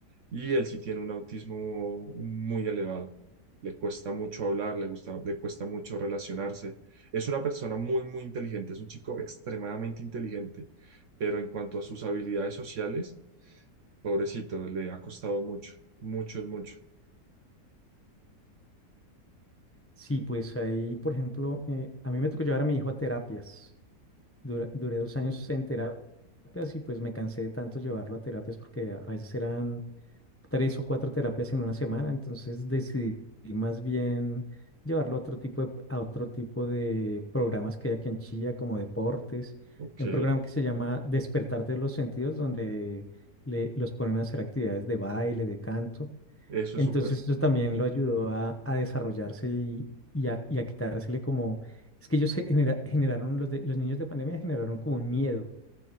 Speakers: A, on the right (about 60°); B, on the left (about 20°).
A: Y él sí tiene un autismo muy elevado. Le cuesta mucho hablar, le gusta, le cuesta mucho relacionarse. Es una persona muy, muy inteligente, es un chico extremadamente inteligente, pero en cuanto a sus habilidades sociales, pobrecito, le ha costado mucho, mucho es mucho.
B: Sí, pues ahí, por ejemplo, eh, a mí me tocó llevar a mi hijo a terapias. Dura- duré dos años en terapias y pues me cansé de tanto llevarlo a terapias porque a a veces eran tres o cuatro terapias en una semana, entonces decidí más bien llevarlo a otro tipo de, a otro tipo de programas que hay aquí en Chía, como deportes.
A: Ok,
B: Hay un programa que se llama Despertar de los Sentidos, donde le, los ponen a hacer actividades de baile, de canto.
A: eso
B: Entonces
A: es súper,
B: eso también lo ayudó a, a desarrollarse y, y a, y a quitársele como, es que ellos se genera- generaron, los, de- los niños de pandemia generaron como un miedo,